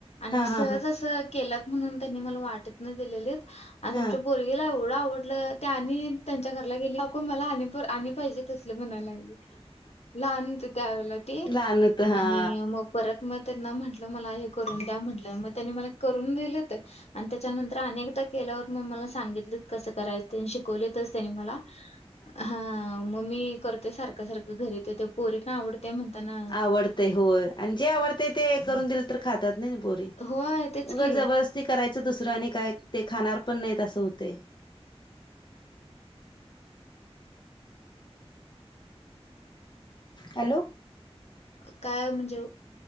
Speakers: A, on the left; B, on the left.
A: आणि
B: हा
A: सहज
B: हा हा
A: असं केलात म्हणून त्यांनी मला वाटीतन दिलेले. आणि
B: हा
A: आमच्या पोरगीला एवढं आवडलं त्यानी, त्यांच्या घरला गेले, काकू मला <unintelligible> आणि पाहिजे तसलं म्हणायला लाग लहान होती त्यावेळेला ती
B: लहान होत हा
A: आणि म परत मग त्यांना म्हंटलं, मला हे करून द्या म्हटलं, मग त्यांनी मला करून दिलं ते. आणि त्याच्यानंतर अनेकदा केल्यावर मग मला सांगितलं कसं करायचं ते. शिकवलं तसं तेनी मला. हा, मग मी करते सारखं सारखं घरी तर ते पोरींना आवड ते म्हणता ना
B: आवडते होय आणि जे आवडतेय ते करून दिलं तर खातात ना पोरी.
A: होय, तेच
B: उगच
A: की.
B: जबरदस्ती करायचं दुसरं आणि काय ते खाणार पण नाही असं होतयं. हॅलो,
A: काय म्हणजे